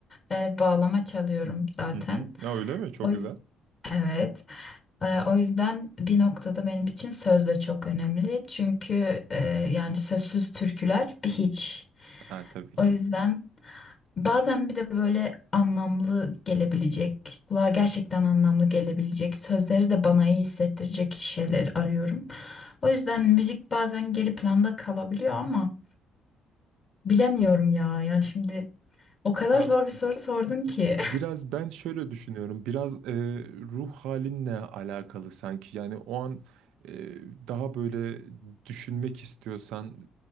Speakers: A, on the left; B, on the right.
A: e, bağlama çalıyorum zaten.
B: Hı hı. Ya öyle mi? Çok
A: O
B: güzel.
A: Evet. Ee, o yüzden bir noktada benim için söz de çok önemli. Çünkü e, yani sözsüz türküler bir hiç.
B: Ha tabii
A: O
B: ki.
A: yüzden bazen bir de böyle anlamlı gelebilecek, kulağa gerçekten anlamlı gelebilecek, sözleri de bana iyi hissettirecek şeyler arıyorum. O yüzden müzik bazen geri planda kalabiliyor ama bilemiyorum ya. Yani şimdi o kadar
B: Ya
A: zor bir soru sordun ki.
B: Biraz ben şöyle düşünüyorum. Biraz e, ruh halinle alakalı sanki. Yani o an e, daha böyle düşünmek istiyorsan